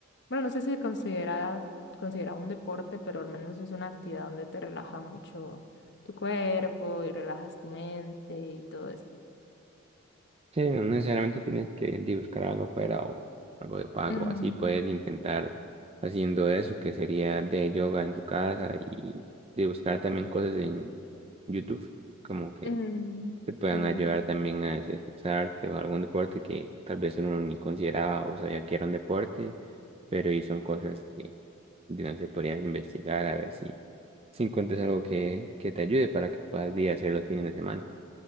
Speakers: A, on the left; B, on the right.
A: bueno, no sé si se considera, considera un deporte, pero al menos es una actividad donde te relaja mucho tu cuerpo y relajas tu mente y todo eso.
B: Sí, no necesariamente tienes que di, buscar algo afuera o algo de pago,
A: Mm,
B: así puedes intentar haciendo eso que sería de yoga en su casa y de buscar también cosas en YouTube como que
A: mm,
B: te puedan
A: sí, sí.
B: ayudar también a desestresarte o algún deporte que tal vez uno ni consideraba o sabía que era un deporte, pero y son cosas que de no se podrías investigar a ver si, si encuentras algo que, que te ayude para que puedas día hacer los fines de semana.